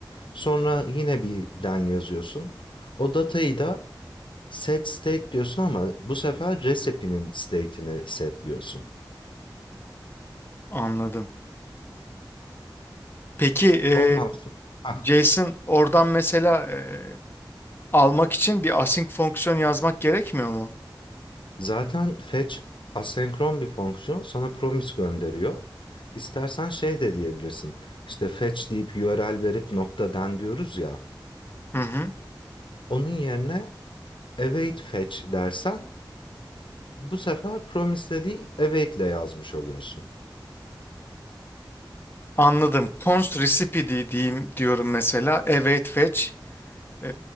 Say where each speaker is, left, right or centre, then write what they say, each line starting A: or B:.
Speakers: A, on the left; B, on the left.
A: Sonra yine bir den yazıyorsun. O datayı da set state diyorsun ama bu sefer recipe'nin state'ini setliyorsun.
B: Anladım. Peki e,
A: Ondan sonra
B: JSON oradan mesela e, almak için bir async fonksiyon yazmak gerekmiyor mu?
A: Zaten fetch asenkron bir fonksiyon sana promise gönderiyor. İstersen şey de diyebilirsin. İşte fetch deyip URL verip nokta den diyoruz ya.
B: Hı hı.
A: Onun yerine await fetch dersen bu sefer promise'le değil await'le yazmış oluyorsun.
B: Anladım. Const recipe di- diyeyim diyorum mesela. Await fetch. E,